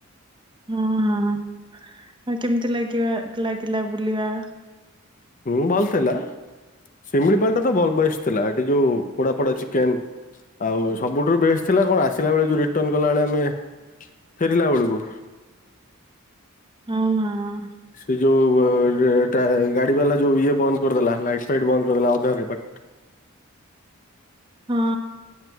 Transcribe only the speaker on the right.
ହଁ ହଁ। ଆଉ କେମିତି ଲାଗିବା ଲାଗିଲା ବୁଲିବା?
ହଁ ହଁ।
ହଁ।